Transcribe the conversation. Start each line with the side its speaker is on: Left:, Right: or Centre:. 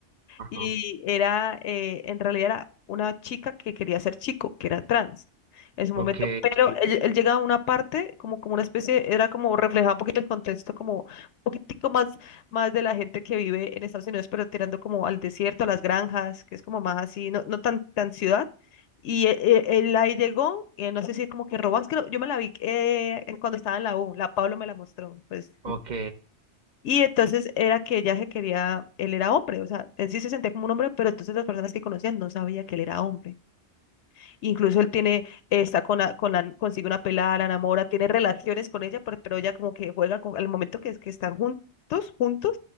Right: Ajá.
Left: y era, eh, en realidad era una chica que quería ser chico, que era trans en su momento.
Right: Ok,
Left: Pero Ok. él, él llega a una parte, como, como una especie, era como reflejaba un poquito el contexto, como un poquitico más, más de la gente que vive en Estados Unidos, pero tirando como al desierto, a las granjas, que es como más así, no, no tan, tan ciudad. Y e- e- él, ahí llegó, eh, no sé si como que robas, creo, yo me la vi eh, en- cuando estaba en la U, la Pablo me la mostró, pues
Right: ok,
Left: y entonces era que ella se quería, él era hombre, o sea, él sí se sentía como un hombre, pero entonces las personas que conocían no sabía que él era hombre. Incluso él tiene, eh, está con la, con la, consigue una pelada, la enamora, tiene relaciones con ella, pero, pero ella como que juega con, al momento que, que están juntos, juntos,